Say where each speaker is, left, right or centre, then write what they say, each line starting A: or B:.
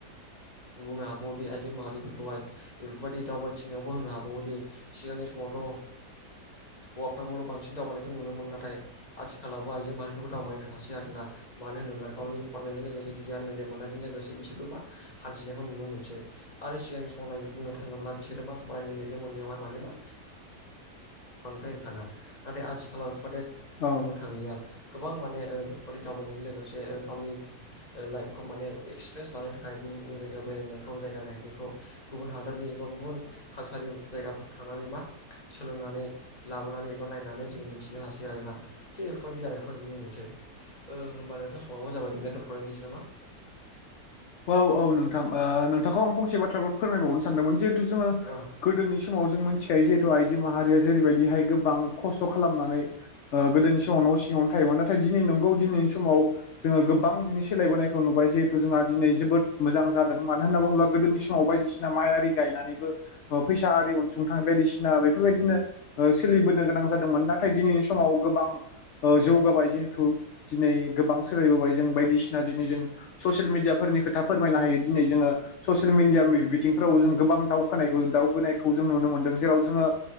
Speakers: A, on the left; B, on the left.
A: बुंनो हाबावोदि आइजो माहारिफोरखौहाय बेफोरबायदि दावबायथिंनायावबो होननो हाबावोदि सिगांनि समावथ' हौवाफोरखौल' बांसिन दावबायनायखौ नुनो मोनो नाथाय आथिखालावबो आइजो माहारिफोरबो दावबायनो हासै आरोना मानो होनोब्ला गावनि फरायनायजों लोगोसे गियान मेलेम मोननायजों लोगोसे बिसोरबो मा हान्थिनायखौ नुनो मोनसै आरो सिगांनि समनाय बुंनो थाङोब्ला बिसोरो मा फरायनो लिरनो मोनैयावहाय माने मा बांद्राय ओंखारा नाथाय आथिखालाव बे <unintelligible>
B: औ
A: नु थांलिया गोबां माने बेफोरबायदि दावबायनायजों लोगोसे गावनि लाइफखौ माने एक्सपिरियेन्स लानो थाखाय गुबुन गुबुन जायगायाव बेरायनायखौ जायगा नायहैनायखौ गुबुन हादोरनि एबा गुबुन कालसारनि जायगाफोरखौ थांनानै मा सोलोंनानै लाबोनानै एबा नायनानै जोङो मिथिनो हासै आरोना थिग बेफोरबायदि जानायखौ नुनो मोनसै ओ होनबा नोंथां समाबो जाबाय जोंनिया दोनथ'लायनोसै नामा
B: औ औ नोंथां ओ नोंथांखौ आं फंसे बाथ्राफोर फोरमायबावनो सानदोंमोन जिहेथु जोङो
A: औ
B: गोदोनि समाव जों मिथिखायो जिहेथु आइजो माहारिया जेरैबायदिहाय गोबां खस्थ' खालामनानै ओ गोदोनि समाव न' सिङावनो थायोमोन नाथाय दिनै नंगौ दिनैनि समाव जोङो गोबां दिनै सोलायबोनखौ नुबाय जिहेथु जोंहा दिनै जोबोद मोजां जादों मानो होनना बुङोब्ला गोदोनि समाव बायदिसिना माइ आरि गायनानैबो फैसा आरि अनसुंथाइ बायदिसिना बेफोरबायदिनो सोलिबोनो गोनां जादोंमोन नाथाय दिनैनि समाव गोबां जौगाबाय जिहेथु दिनै गोबां सोलायबोबाय जों बायदिसिना दिनै जों ससियेल मिडिया फोरनि खोथा फोरमायनो हायो दिनै जोङो ससियेल मिडिया बिथिंफोराव जों गोबां दावखानायखौ दावगोनायखौ जों नुनो मोनदों। जेराव जोङो